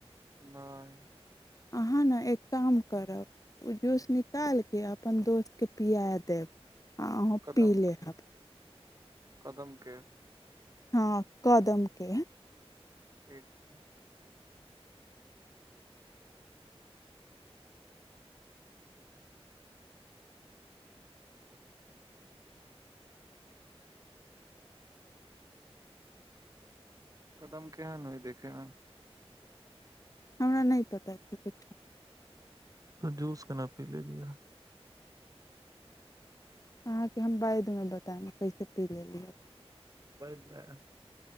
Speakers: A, on the right (about 35°); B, on the left (about 35°).
A: नहि
B: अहाँ ने एक काम करब ओ जूस निकालि के अपन दोस्तकेँ पिया देब आओर अहूँ
A: कदमके
B: पी लेहब
A: कदमके
B: हँ कदमके
A: ठिक कदम केहन होयहै देखैमे
B: हमरा नहि पता कुछो
A: तऽ जूस केना पी ले लिय
B: अहाँकेँ हम बाइदमे बतायब कैसे पी लेली ह
A: बइदमे